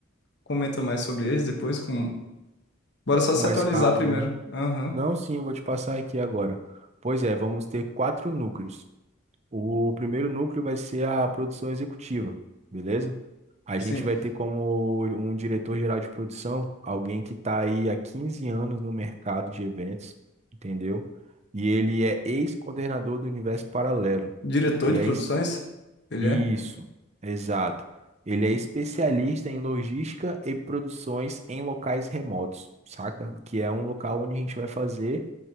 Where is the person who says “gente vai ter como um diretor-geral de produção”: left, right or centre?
Right